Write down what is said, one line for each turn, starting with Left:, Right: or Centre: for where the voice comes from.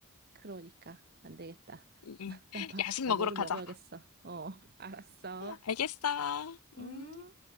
Right: 그러니까 안 되겠다.
Left: 응, 응.
Right: 나 봐,
Left: 야식
Right: 나
Left: 먹으러
Right: 뭐 좀
Left: 가자.
Right: 먹어야겠어. 어, <laughs> 알았어.
Left: 알겠어.
Right: 음.
Left: 음.